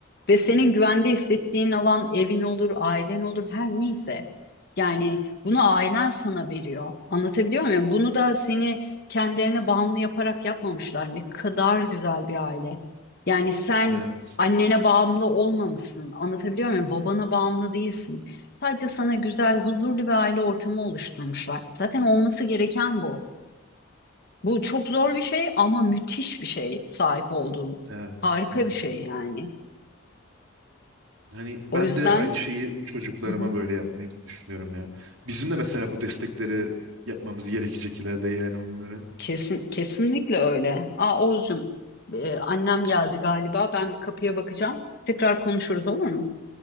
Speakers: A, on the left (about 50°); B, on the right (about 75°).
A: Ve senin güvende hissettiğin alan evin olur, ailen olur, her neyse. Yani bunu ailen sana veriyor. Anlatabiliyor muyum? Yani Bunu da seni kendilerine bağımlı yaparak yapmamışlar. Ne kadar güzel bir aile. Yani sen
B: Evet.
A: annene bağımlı olmamışsın. Anlatabiliyor muyum? Babana bağımlı değilsin. Sadece sana güzel, huzurlu bir aile ortamı oluşturmuşlar. Zaten olması gereken bu. Bu çok zor bir şey ama müthiş bir şey sahip olduğum.
B: Evet.
A: Harika
B: Evet.
A: bir şey yani.
B: Hani ben
A: O yüzden...
B: de aynı şeyi çocuklarıma
A: Hı hı.
B: böyle yapmayı düşünüyorum ya. Bizim de mesela bu destekleri yapmamız gerekecek ileride yani onlara.
A: Kesin, kesinlikle öyle. Aa Oğuzcum, e, annem geldi galiba. Ben bir kapıya bakacağım. Tekrar konuşuruz olur mu?